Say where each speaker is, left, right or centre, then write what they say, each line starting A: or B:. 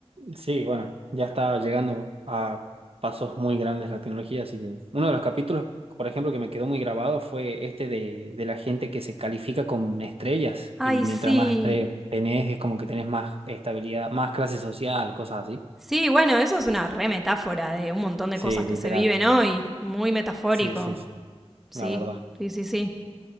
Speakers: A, on the right; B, in the centre.
A: Sí, bueno, ya está llegando a pasos muy grandes la tecnología, así que uno de los capítulos, por ejemplo, que me quedó muy grabado fue este de, de la gente que se califica con estrellas
B: Ay,
A: y mientras
B: sí,
A: más estrellas tenés, es como que tenés más estabilidad, más clase social, cosas así.
B: Sí, bueno, eso es una re metáfora de un montón de
A: Sí,
B: cosas
A: literal.
B: que se viven hoy. Muy metafórico.
A: Sí, sí, sí,
B: Sí,
A: la verdad.
B: sí, sí, sí.